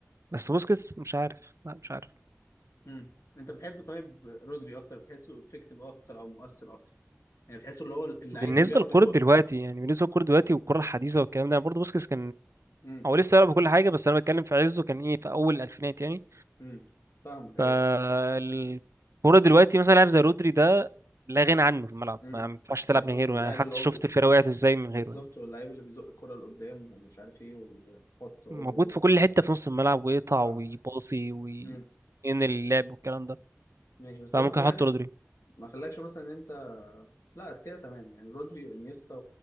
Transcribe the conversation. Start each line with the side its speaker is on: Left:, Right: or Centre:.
Right: بس بوسكيتس مش عارف لا مش عارف
Left: مم. انت بتحب طيب رودري اكتر بتحسه افكتيف اكتر او مؤثر اكتر يعني بتحسه اللي هو اللعيب
Right: بالنسبة
Left: اللي بياخد
Right: للكرة
Left: الكو
Right: دلوقتي يعني بالنسبة للكرة دلوقتي والكرة الحديثة والكلام ده برضه بوسكيتس كان
Left: مم.
Right: هو لسه يلعب كل حاجة بس أنا بتكلم في عزه كان إيه في أول الألفينات يعني
Left: مم. فاهمك ايوه
Right: فالكرة دلوقتي مثلا لاعب زي رودري ده لا غنى عنه في الملعب
Left: مم.
Right: ما ينفعش
Left: بالظبط
Right: تلعب من غيره
Left: اللاعب
Right: يعني حتى
Left: اللي هو
Right: شفت الفرقة وقعت إزاي من
Left: بالظبط
Right: غيره يعني
Left: واللعيب اللي بيزق الكرة لقدام ومش عارف ايه ويحط هو
Right: موجود في كل
Left: و-
Right: حتة في نص الملعب ويقطع
Left: فاهمك
Right: ويباصي وينقل
Left: امم
Right: اللعب والكلام ده
Left: ماشي بس
Right: فممكن
Left: ده ما خلاكش
Right: أحط رودري
Left: ما خلاكش مثلا ان انت لا كده تمام يعني رودري وانيستا